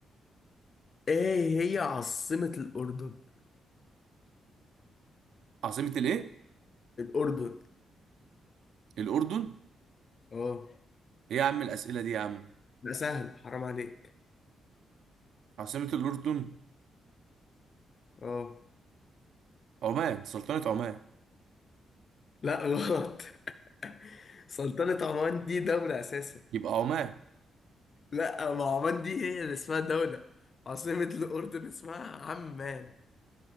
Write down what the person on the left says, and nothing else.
ايه هي عاصمة الأردن
الأردن
اه
لا سهل حرام عليك
اه
لا غلط <laughs> سلطنة عمان دي دولة أساسا
لا ما عمان دي هي اللي اسمها دولة عاصمة الأردن اسمها عمان